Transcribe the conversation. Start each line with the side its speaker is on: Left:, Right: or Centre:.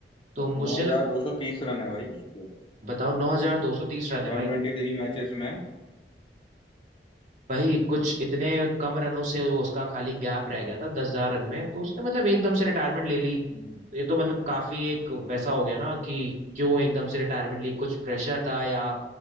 Right: तो मुझे
Left: नौ हजार
Right: लग
Left: दो सौ तीस रन है भाई उसको
Right: बताओ नौ हजार दो सौ तीस रन
Left: वन
Right: है भाई
Left: ट्वेंटी थ्री मैचेस में
Right: वही कुछ इतने कम रनों से वो उसका खाली गैप रह गया था दस हजार रन में तो उसने मतलब एकदम से रिटायरमेंट ले ली
Left: हम्म,
Right: ये तो मतलब काफी एक वैसा हो गया ना कि क्यों एकदम से रिटायरमेंट ली कुछ प्रेशर था या